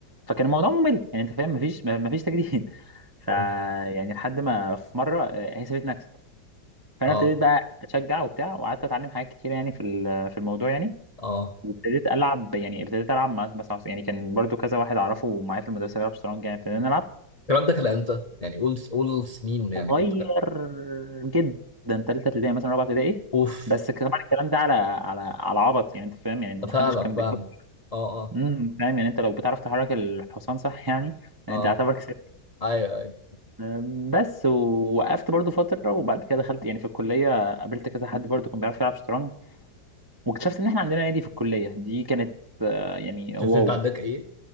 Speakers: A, on the right; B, on the left.
A: فكان الموضوع ممل يعني انت فاهم مفيش مفيش تجديد <laughs> ف
B: أه
A: يعني لحد ما في مره آه، هي سابتني اكسب فانا
B: أه
A: ابتديت بقى اتشجع وبتاع وقعدت اتعلم حاجات كتيره يعني في ال- في الموضوع يعني
B: آه.
A: وابتديت العب يعني ابتديت العب مع بس مع- يعني كان برضو كذا واحد اعرفه معايا في المدرسه بيلعب شطرنج يعني ابتدينا نلعب
B: الكلام ده كان إمتى؟ يعني قول قول سنين يعني
A: صغير
B: كنت كده
A: جدا تالتة ابتدائي مثلا رابعة ابتدائي
B: أوف
A: بس طبعا الكلام ده على على على عبط يعني انت فاهم يعني
B: أفهمك
A: محدش كان
B: فاهم
A: بيفكر
B: أه أه
A: امم فاهم يعني انت لو بتعرف تحرك الحصان صح يعني انت
B: أه
A: اعتبر كسبت
B: أيوه أيوه
A: أم، بس ووقفت برضو فترة وبعد كده دخلت يعني في الكلية قابلت كذا حد برضو كان بيعرف يلعب شطرنج واكتشفت ان احنا عندنا نادي في الكلية دي كانت آه، يعني واو
B: شفت أنت عندك إيه